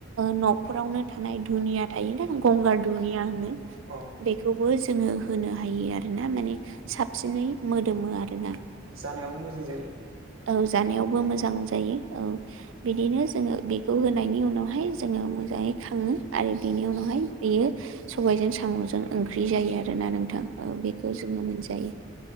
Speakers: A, on the right; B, on the right.
A: न'खरावनो थानाय दुनिया थायोना गंगार धुनिया होनो।
B: औ।
A: बेखौबो जोङो होनो हायो आरोना माने साबसिनै मोदोमो आरोना।
B: जानायावो मोजां जायो।
A: औ जानायावबो मोजां जायो औ। बिदिनो जोङो बेखौ होनायनि उनावहाय जोङो मोजाङै खाङो आरो बिनि उनावहाय बेयो सबायजों साम'जों ओंख्रि जायो आरोना नोंथां। औ बेखौ जोङो मोनजायो‌।